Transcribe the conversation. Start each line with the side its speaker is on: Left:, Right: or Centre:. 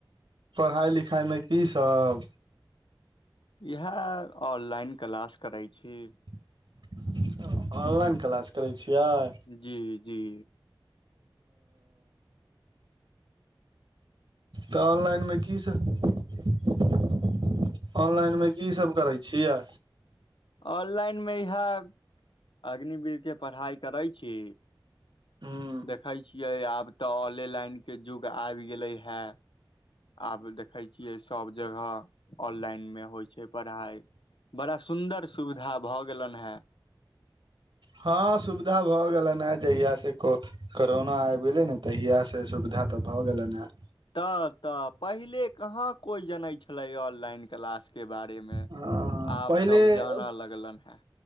Right: पढ़ाई लिखाइमे की सब।
Left: इहे ऑनलाइन क्लास करै छी।
Right: <unintelligible> ऑनलाइन क्लास करै छियै। ओऽ।
Left: जी जी
Right: तऽ ऑनलाइनमे कीसब। <unintelligible> ऑनलाइनमे की सब करै छियै।
Left: ऑनलाइन मे इहे अग्निवीरके पढ़ाई करै छी।
Right: हूँ
Left: देखै छियै आब तऽ ऑलेलाइनके जुग आबि गेलै है। आब देखै छियै सब जगह ऑललाइनमे। होइ छै पढ़ाई बड़ा सुन्दर सुविधा भऽ गेलनि हेँ।
Right: हँ सुविधा भऽ गेलनि हेँ जहियासे को। करोना आबि गेलै नै तहियासे सुविधा तऽ भऽ गेलैनि हेँ।
Left: तऽ तऽ पहिले कहाँ कोई जनै छ। छलै ऑनलाइन क्लासके बारेमे
Right: हे
Left: आब
Right: पहिले
Left: सब जान लगलन हेँ।